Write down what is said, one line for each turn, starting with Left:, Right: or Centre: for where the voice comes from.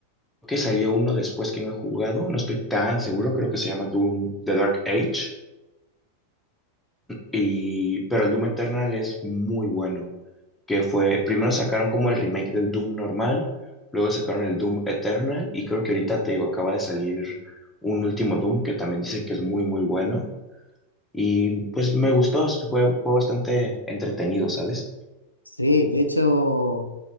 Centre: que salió uno después que no he jugado. No estoy tan seguro, creo que se llama Doom The Dark Age. Y, pero el Doom Eternal es muy bueno, que fue, primero sacaron como el remake del Doom normal, luego sacaron el Doom Eternal y creo que ahorita te digo, acaba de salir un último Doom que también dicen que es muy, muy bueno. Y pues me gustó, esto fue, fue bastante entretenido, ¿sabes?
Left: Sí, de hecho,